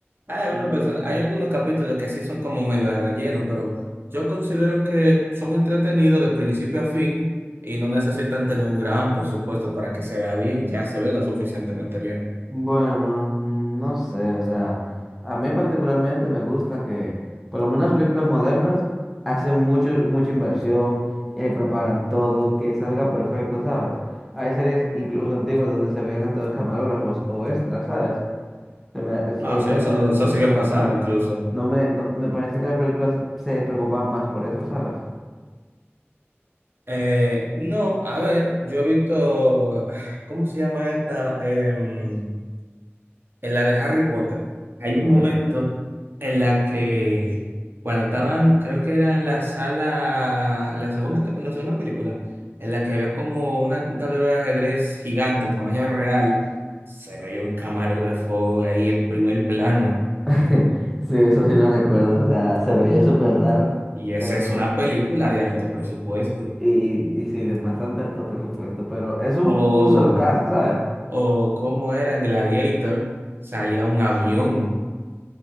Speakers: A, on the right (about 55°); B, in the centre.
A: Hay, algunos
B: Mm,
A: person- hay algunos capítulos que sí son como medio de relleno, pero yo considero que son entretenidos de principio a fin y no necesitan tener un gran presupuesto para que se vea bien, ya se ve lo suficientemente bien.
B: Bueno, mm, no sé, o sea, a mí particularmente me gusta que, por lo menos las películas modernas, hacen mucho, mucha inversión, eh, preparan todo, que salga perfecto, ¿sabes? Hay series incluso antiguas donde se veían hasta los camarógrafos o extras, ¿sabes? Se me- es-
A: No,
B: O estás
A: sí, eso,
B: haciendo algo-
A: eso sigue
B: cosas
A: pasando
B: raras.
A: incluso.
B: No me, no, me parece que las películas se preocupan más por eso, ¿sabes?
A: Eh, no, a ver, yo he visto, <sighs> ¿cómo se llama esta? Em, en la de Harry Potter, hay un
B: A
A: momento
B: ver.
A: en la que cuando estaban, creo que era en la sala, la segunda, cap- la segunda película, en la que había como una, un tablero de ajedrez gigante, tamaño real, se veía un camarógrafo ahí en primer plano.
B: <laughs> Sí, eso sí lo recuerdo, o sea, se veía
A: Ujú.
B: súper raro,
A: Y esa
B: pero...
A: es una película de alto presupuesto.
B: Y, y sí, de bastante alto presupuesto, pero es un,
A: O,
B: un solo caso, ¿sabes?
A: o como era en Gladiator, salía un avión